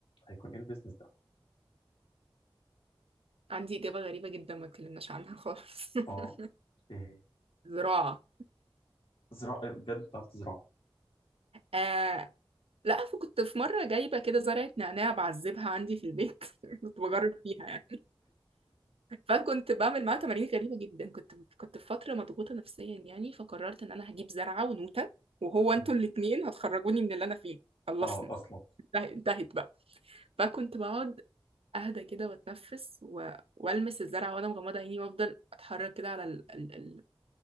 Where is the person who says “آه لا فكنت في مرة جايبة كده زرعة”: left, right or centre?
Right